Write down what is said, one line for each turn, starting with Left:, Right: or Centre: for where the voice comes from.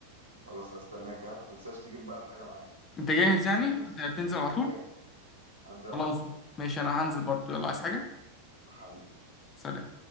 Right: خلاص هستناك ها ما تنساش تجيب بقى الحاجة معاك
Left: أنت جاهز يعني
Right: الفلوس
Left: هتنزل
Right: وكده
Left: على
Right: أنا
Left: طول
Right: جاهز هنزل على
Left: خلاص
Right: طول
Left: ماشي أنا هنزل برضه يلا عايز حاجة
Right: حبيبي
Left: سلام